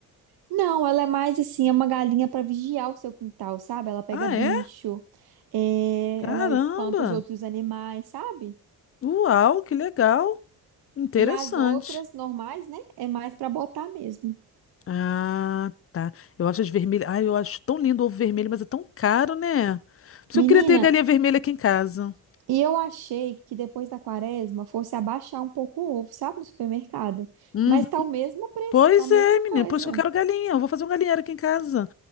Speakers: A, on the right; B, on the left.
A: Não, ela é mais assim, é uma galinha para vigiar o seu quintal, sabe? Ela pega
B: Ah,
A: bicho,
B: é?
A: é,
B: Caramba!
A: ela espanta os outros animais, sabe?
B: Uau, que legal! Interessante.
A: E as outras normais, né? É mais para botar mesmo.
B: Ah, tá. Eu acho as vermelhas. Ai, eu acho tão lindo o ovo vermelho, mas é tão caro, né? Por isso
A: Menina,
B: eu queria ter galinha vermelha aqui em casa.
A: e eu achei que depois da quaresma fosse abaixar um pouco o ovo, sabe? No supermercado.
B: Uhum.
A: Mas tá o mesmo preço,
B: Pois
A: tá a mesma
B: é, menina.
A: coisa.
B: Por isso que eu quero galinha. Eu vou fazer um galinheiro aqui em casa.